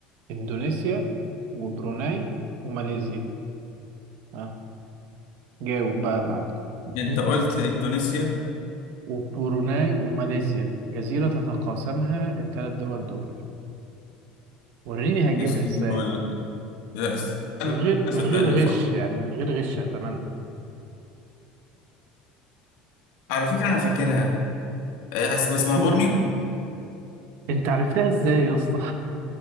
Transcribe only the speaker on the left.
انت
قلت اندونيسيا
استنى
اقول
لك لا استنى
صدقني
مفكر
على فكرة انا فاكرها إيه، اس- اسمها
بورنيو